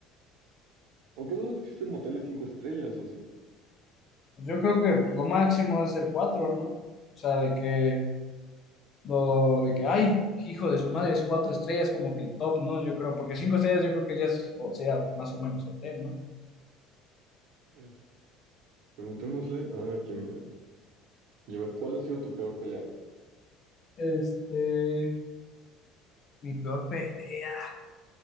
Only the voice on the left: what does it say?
Pues Yo creo que lo máximo es el cuatro ¿no? O sea, de que, lo, de que, ay, hijo de su madre, es cuatro estrellas como que el top, ¿no? Yo creo, porque cinco estrellas yo creo que ya es, o sea, más o menos hotel, ¿no?
Este, mi peor pelea.